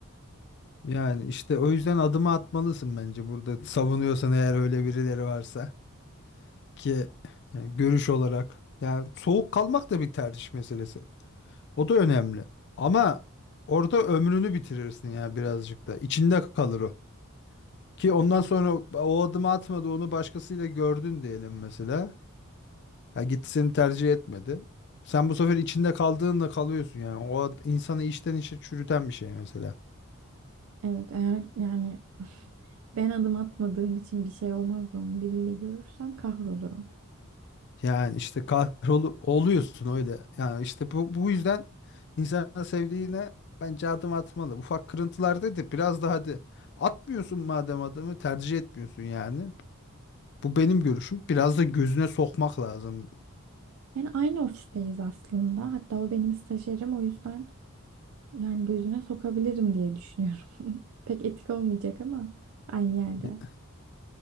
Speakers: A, on the left (about 50°); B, on the right (about 75°).
A: Yani işte o yüzden adımı atmalısın bence burada savunuyorsan eğer öyle birileri varsa ki yani görüş olarak yani soğuk kalmak da bir tercih meselesi. O da önemli. Ama orada ömrünü bitirirsin ya birazcık da. İçinde kalır o. Ki ondan sonra o adımı atmadı onu başkasıyla gördün diyelim mesela. Ya gitti seni tercih etmedi. Sen bu sefer içinde kaldığınla kalıyorsun yani. O ad- insanı içten içe çürüten bir şey mesela.
B: Evet eğer yani <laughs> ben adım atmadığım için bir şey olmaz da onu biriyle görürsem kahrolurum.
A: Yani işte kahrolu oluyorsun öyle. Yani işte bu bu yüzden insan sevdiğine bence adım atmalı. Ufak kırıntılarda da biraz daha hadi atmıyorsun madem adımı tercih etmiyorsun yani. Bu benim görüşüm. Biraz da gözüne sokmak lazım.
B: Yani aynı ofisteyiz aslında. Hatta o benim stajyerim o yüzden yani gözüne sokabilirim diye düşünüyorum. <laughs> Pek etik olmayacak ama aynı yerde.
A: Bir-